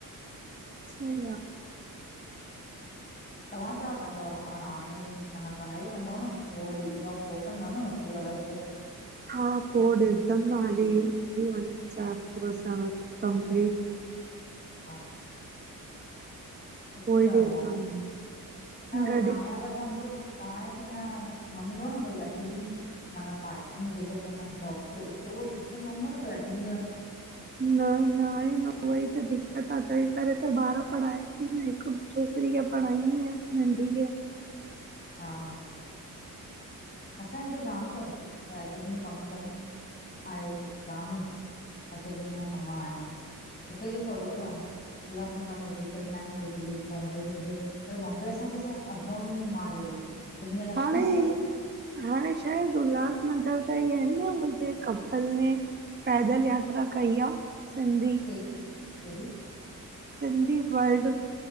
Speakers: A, on the right; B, on the left.
A: सही आ
B: तव्हां छा कंदव हाणेई, माना पढ़ाई कंदव न पो वरी जॉब पो कंदव न नौकिरी वग़ैरह पो?
A: हा पो ॾिसदमि हाली थी वंञे चार पूरा साल कंप्लीट
B: हा। सुठी
A: पो ई ॾिसदमि
B: ॻाल्हि आ, हा ड़ी
A: गॾु
B: हाणे अगरि सम्झो तहांजे हिते हीयं न हूंदो न भई अधु ॾीहि च माना पार्ट टाइम जेको चवंदा इनि जॉब जो उते उहो सिस्टम न हूंदो न भई अधु ॾींहं
A: न ना हे न उहोई त दिक्क़त आहे तहिं करे त ॿार पढ़ायां ती न हिकु छोकिरी खे पढ़ाईंदी आहियांस नंढी खे।
B: हा हा। असांजे हिते जाम तव भई अधु ॾींहं कमु कनि आहे हिते जाम हिन हिते। अधु ॾींहं या कम आहिन, हिते इह्ये सहूलतूं आहिनि। उल्हासनगर में हुजे, सीहान में हुजे, बॉम्बे में हुजे। पर बॉम्बे असांखे छा हे अपडाउन मारे वेंदी, अधु ॾींहं लाए
A: हाणे
B: कमू कर
A: हाणे शायदि उल्हासनगर इतेई आहन न हू जें कपल ने पैदल यात्रा कई आ, सिंधी।
B: केड़ी- केड़ी
A: सिंधी वर्ल्ड